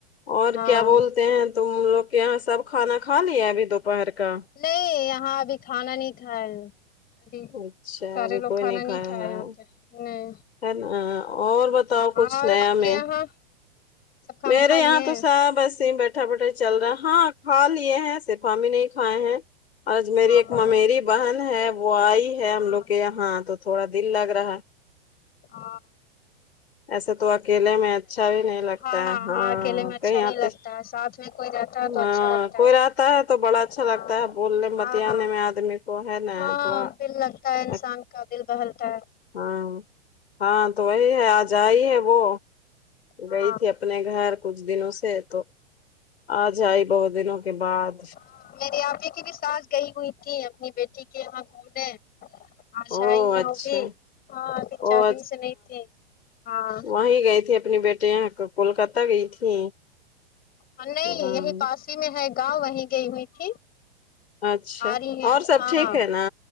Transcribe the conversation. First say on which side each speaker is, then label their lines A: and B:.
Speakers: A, on the left; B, on the left.
A: اور
B: ہاں
A: کیا بولتے ہیں تم لوگ کے یہاں سب کھانا کھالیا ہے ابھی دوپہر کا
B: نہیں یہاں ابھی کھانا نہیں کھائے ابھی
A: اچھا
B: سارے
A: ابھی
B: لوگ
A: کوئی
B: کھانا
A: کھایا
B: نہیں کھائے
A: ہے
B: یہاں پہ نہیں
A: ہے نہ اور بت بتاؤ
B: ہاں
A: کچھ
B: اور
A: نیا
B: آپ کے
A: میں
B: یہاں سب کھانا
A: میرے
B: کھا لیے
A: یہاں تو
B: ہیں
A: سب ایسی بیٹھ اٹھا پٹائی چل رہا ہے ہاں حال یہ ہے صرف ہمیں نہیں کھائے ہیں آج میری
B: ہاں
A: ایک ممیری بہن ہے وہ آئی ہے ہم
B: ہاں
A: لوگ کے یہاں تو تھوڑا دل لگ رہا ہے
B: ا
A: ایسے تو اکیلے میں اچھا بھی نہیں لگتا
B: ہاں
A: ہاں
B: اکیلے میں اچھا
A: کہیں
B: نہیں
A: آتے
B: لگتا ہے ساتھ میں کوئی جاتا ہے تو
A: ہاں
B: اچھا لگتا
A: کوئی
B: ہے
A: رہتا ہے تو بڑا اچھا
B: ہاں
A: لگ تا ہے بولنے بتیانے
B: ہاں
A: میں آدمی کو ہے نا
B: ہاں
A: تھوڑا
B: دل لگتا ہے انسان
A: اچ
B: کا دل بہلتا ہے
A: ہاں ہاں تو وہی ہے آج آئی ہے وہ
B: ہاں
A: گئی تھی اپنے گھر کچھ دنوں سے تو آج ائی بہت دنوں کے بعد
B: ہاں میری آپی کی بھی ساس گئی ہوئی تھی اپنی بیٹی کے یہاں گھومنے آج
A: او
B: شاہین نہیں
A: اچھا
B: اٹھی ہاں تین
A: او
B: چار دن سے نہیں تھی ہاں
A: وہی گئے تھے اپنی بیٹے یہاں پے کولکتہ گئی تھی
B: ہم
A: ہاں
B: یہی پاسی ہی میں ہے گاؤں وہیں گئی ہوئی تھی
A: اچھا
B: آ رہی ہیں
A: اور سب
B: ہاں
A: ٹھیک ہے نا